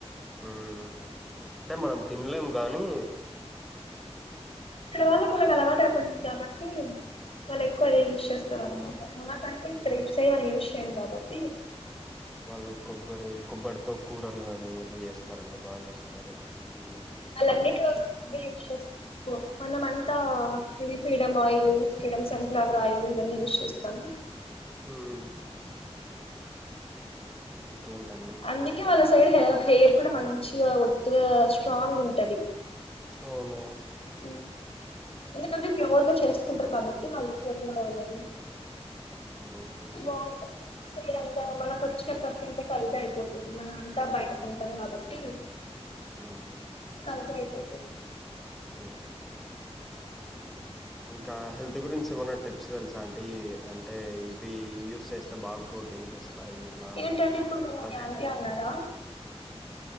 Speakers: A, in the centre; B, on the left.
A: ఉమ్ అంటే మనం తినలేము గానీ
B: ఇక్కడ వాళ్ళకులకి అలవాటు అయిపోయింది కాబట్టి వాళ్ళు ఎక్కువ అదే
A: మ్మ్
B: యూజ్ చేస్తారు అనమాట మన అంటే క్రేట్స్
A: మ్మ్
B: అ మనం యూస్ చేయం కాబట్టి
A: వాళ్ళు కొబ్బరి కొబ్బరితో కూరలు కానీ చేస్తారండి బాగా చేస్తారు మ్మ్
B: అలాన్నింటిలో వ అే యూస్ చేస్తారు మనం అంతా ఇది ఫ్రీడమ్ ఆయిల్ ఫ్రీడ సె పవ రాయలు ఇవన్నీ విశిస్తాం
A: ఉమ్ ఇంకేంటండి
B: అందుకే వాళ్ళ సైడ్ హ హెయిర్ కూడా మంచిగా ఒత్తుగా స్ట్రాంగ్ ఉంటది
A: అవును
B: అ ఎందుకంటే ప్యూర్ గా చేసుకుంటారు కాబట్టి వాళ్ళకిమనా కావాలని
A: మ్మ్
B: బా సై అంత
A: మ్మ్
B: మనకు వచ్చేప్పడు కంత కలిద పోతుంది మనం అంతా బయట కొంటాం
A: మ్మ్
B: కాబట్టి
A: మ్మ్
B: కలిగి అయిపోతుంది
A: అ ఇంకా హెల్త్ గురించి ఏమన్నా టిప్స్ తెలుసా అంటడి అంటే ఇవి యూస్ చేస్తే బాగు ప్రోటీన్స్ వస్తాయి ఇట్లా
B: ఏంటండి
A: అని
B: ఇప్పుడు మీరు నన్ను
A: నాకైతే
B: ఆంటీ అన్నారా